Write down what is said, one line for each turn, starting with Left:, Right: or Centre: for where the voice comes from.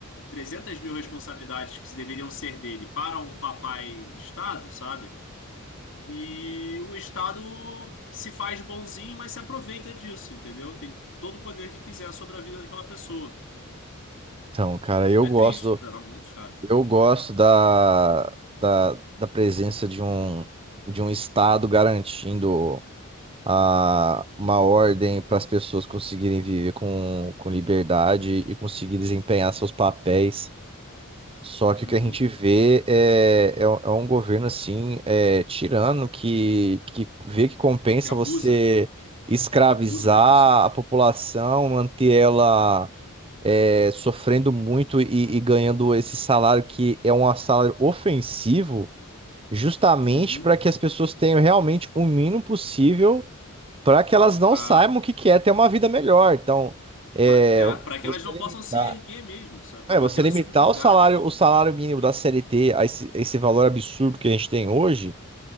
Left: 300 mil responsabilidades que deveriam ser dele para um papai Estado, sabe? E o Estado se faz bonzinho, mas se aproveita disso, entendeu? Tem todo o poder que quiser sobre a vida daquela pessoa.
Right: Então, cara, eu
Left: É
Right: gosto,
Left: triste,
Right: do-
Left: tá na mão dos caras.
Right: eu gosto da, da, da presença de um, de um Estado garantindo a, uma ordem para as pessoas conseguirem viver com, com liberdade e conseguir desempenhar seus papéis Só que
Left: Uhum,
Right: o que a gente vê é, é, um é um governo assim, é, tirano, que, que vê que compensa
Left: Que abusa,
Right: você escravizar
Left: abusa das pessoas.
Right: a população, manter ela é, sofrendo muito e, e ganhando esse salário que é um salário ofensivo, justamente
Left: uhum.
Right: para que as pessoas tenham realmente o mínimo possível para que elas não
Left: Pra,
Right: saibam o que que é ter uma vida melhor. Então, é,
Left: pra, é, pra que
Right: você
Left: elas não
Right: limitar.
Left: possam se erguer mesmo, sabe? Pra
Right: É,
Left: mantê-las
Right: você limitar
Left: subjugadas.
Right: o salário, o salário mínimo da CLT a esse, esse valor absurdo que a gente tem hoje